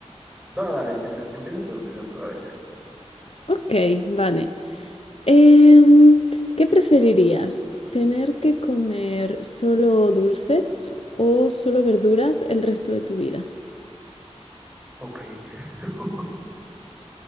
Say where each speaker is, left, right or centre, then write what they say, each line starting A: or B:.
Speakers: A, in the centre; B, on the left.
A: No, dale, empieza, empieza tú, empieza tú, a ver.
B: Ok, vale. Em, ¿qué preferirías? ¿Tener que comer solo dulces o solo verduras el resto de tu vida?
A: Ok. <laughs>